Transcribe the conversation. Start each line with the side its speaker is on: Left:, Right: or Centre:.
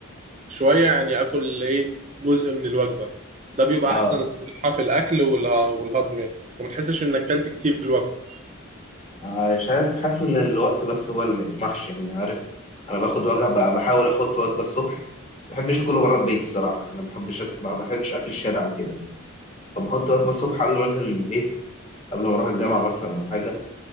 Right: شويه يعني اكل ايه جزء من الوجبه ده بيبقى
Left: اه
Right: احسن الصراحه في الاكل والها- والهضم وما تحسش انك اكلت كتير في الوجبه
Left: آه، شايف حاسس إن الوقت بس هو اللي ما يسمحش يعني عارف أنا باخد وجبة بقى بحاول أحط وجبة الصبح ما بحبش أكله بره البيت الصراحة يعني. أنا ما بحبش أك- ما بحبش أكل الشارع وكده فبحط وجبة الصبح قبل ما أنزل من البيت قبل ما أروح الجامعة مثلا أو حاجة